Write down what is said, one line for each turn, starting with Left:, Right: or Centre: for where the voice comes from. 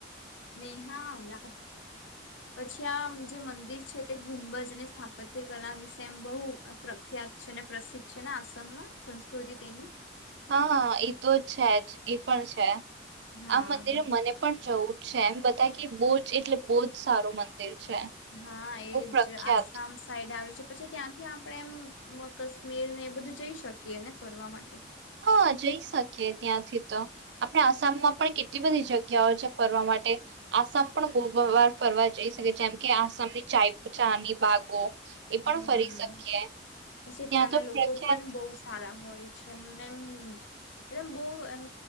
Left: નેહા આવું ના કર પછી આમ જે મંદિર છે તે ગુંડજને સ્થાપત્ય કલા વિશે એમ બોઉ પ્રખ્ય પ્રખ્યાત છે ને પ્રસિદ્ધ છે ને આસામમાં સંસ્કૃતિ તેની
Right: હા એ તો છે જ એ પણ છે
Left: હા
Right: આ મંદિરે
Left: બરાબર
Right: મને પણ જવું છે એમ બધા કે બોજ એટલે બોજ સારું મંદિર છે
Left: હા,
Right: બહુ
Left: એજ
Right: પ્રખ્યાત
Left: આસામ સાઈડ આવે છે પછી ત્યાંથી આપડે એમ કાશ્મીરને એ બધું જઈ શકીએ ને ફરવા માટે.
Right: હા, જઈ શકીએ ત્યાંથી તો આપડે આસામમાં પણ કેટલી બધી જગ્યાઓ છે ફરવા માટે. આસામ પણ બો-બો વાર ફરવા જઈ શકે જેમ કે આસામની ચાય ચાની બાગો એ પણ
Left: હમ્મ.
Right: ફરી શકીએ
Left: પછી
Right: ત્યાં
Left: ત્યાંના
Right: તો
Left: લોકો
Right: પ્રખ્યાત
Left: પણ બહુ સારા હો હોય છે એમનેમ એટલે બોવ એમ